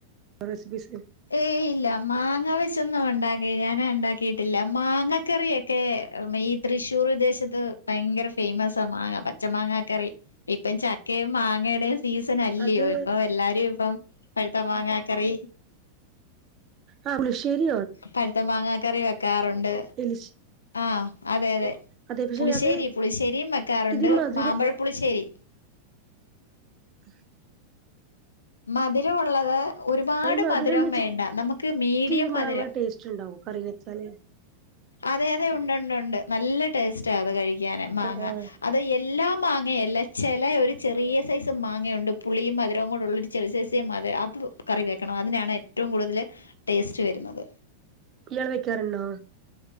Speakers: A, on the right (about 35°); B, on the left (about 75°).
A: റെസിപ്പീസ്
B: ഏയ് ഇല്ല മാങ്ങ വെച്ചൊന്നും ഉണ്ടാക്കില്ല ഞാന് ഉണ്ടാക്കിയിട്ടില്ല മാങ്ങക്കറിയൊക്കെ <unintelligible> തൃശ്ശൂർ ദേശത്ത് ഭയങ്കര ഫേമസ മാങ്ങ പച്ച മാങ്ങ കറി ഇപ്പം ച ക്കയും മാങ്ങയുടെ സീസൺ അല്ലയോ
A: അത്
B: ഇപ്പൊ എല്ലാരും ഇപ്പം പഴുത്ത മാങ്ങ കറി
A: ആഹ് പുളിശ്ശേരി
B: പഴുത്ത മാങ്ങ കറി വെക്കാറുണ്ട്
A: എലിശ്
B: ആഹ് അതെ അതെ
A: അതെ പക്ഷെ
B: പുളിശ്ശേരി
A: അത്
B: പുളിശ്ശേരിയും വെക്കാറുണ്ട്
A: ഇത് മധുരം
B: മാമ്പഴ പുളിശേരി
A: <inaudible>
B: മധുരം ഉള്ളത് ഒരുപാട്
A: ഈ
B: മധുരം
A: വെച്ചിട്ട്
B: വേണ്ട നമുക്ക് മീഡിയം
A: ഈ മാങ്ങ
B: മധുരം
A: ടേസ്റ്റ് ഉണ്ടാവോ കറിക്ക് <unintelligible>
B: അതെ അതെ ഉണ്ട്ണ്ട് ഉണ്ട് നല്ല ടേസ്റ്റ അത് കഴിക്കാന് മാങ്ങ
A: ആഹ് ആഹ്
B: അത് എല്ലാം മാങ്ങ എല്ല ചെല ഒരു ചെറിയ സൈസ് മാങ്ങയുണ്ട് പുളിയും മധുരവും കൂടെ ഉള്ള ചെറി <unintelligible> അത് കറി വെക്കണം അതിനാണ് ഏറ്റവും കൂടുതൽ ടേസ്റ്റ് വരുന്നത്
A: ഇങ്ങള് വെക്കാറുണ്ടോ?